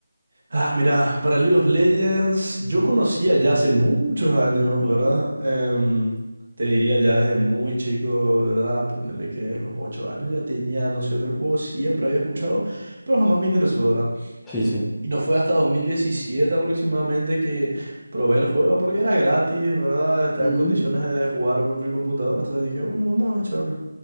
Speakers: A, on the right; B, in the centre.
A: Ah, mira, para League of Legends, yo conocía ya hace muchos años,
B: Ujú,
A: ¿verdad? Em, te diría ya desde muy chico, ¿verdad? Ponerle que los ocho años ya tenía noción del juego, siempre había escuchado, pero jamás me interesó, ¿verdad?
B: Sí, sí.
A: Y no fue hasta 2017 aproximadamente que probé el juego porque era gratis, ¿verdad? Estaba
B: ujú.
A: en condiciones de jugar por mi computadora. Entonces dije, bueno, vamos a echar una-